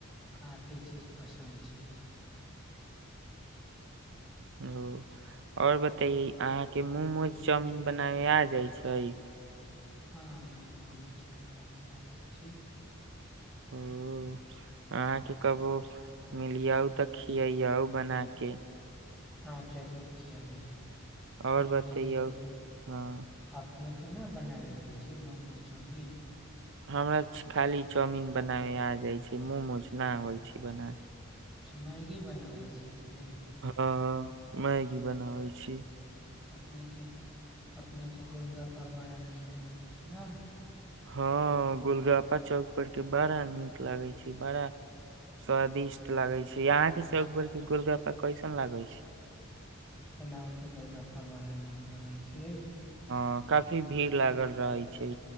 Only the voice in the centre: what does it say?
काफी चीज पसंद छै
हँ मोमो च बनाव आ जाै छी
हँ जरूर खियाबै भइ अपने
मिली
अपने केना बनाबै होइ छै ममोचमरी
अच्छा मैगी बनाबै छीयै अपने
अपनेके अपनेके गोलगप्पा बड़ा नीक लगै छै ने
एना हो के गोलगप्पा बड़ा नीक लगे छिय